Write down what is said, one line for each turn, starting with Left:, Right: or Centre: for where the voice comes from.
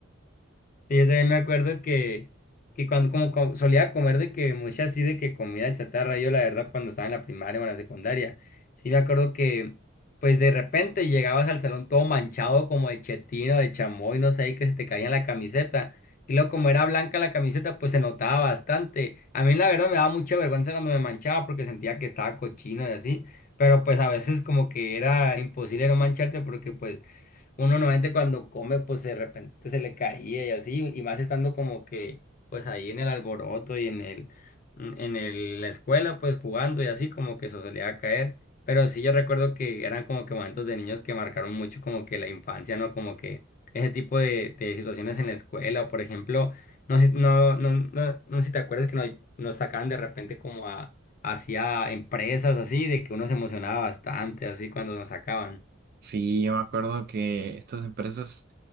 Left: Y yo también me acuerdo que, que cuando como, co- solía comer de que mucha así de que comida chatarra, yo la verdad cuando estaba en la primaria o en la secundaria, sí me acuerdo que pues de repente llegabas al salón todo manchado como de chetino, de chamoy, no sé, y que se te caía en la camiseta. Y luego como era blanca la camiseta, pues se notaba bastante. A mí la verdad me daba mucha vergüenza cuando me manchaba porque sentía que estaba cochino y así. Pero pues a veces como que era imposible no mancharte porque pues uno normalmente cuando come, pues de repente se le caía y así, y más estando como que, pues ahí en el alboroto y en el, mm, en el- la escuela, pues jugando y así, como que eso solía caer. Pero sí, yo recuerdo que eran como que momentos de niños que marcaron mucho como que la infancia, ¿no? Como que ese tipo de, de situaciones en la escuela, por ejemplo, no sé, no, no, no, no sé si te acuerdas que nos, nos sacaban de repente como a, hacia empresas así, de que uno se emocionaba bastante así cuando nos sacaban.
Right: Sí, yo me acuerdo que estas empresas,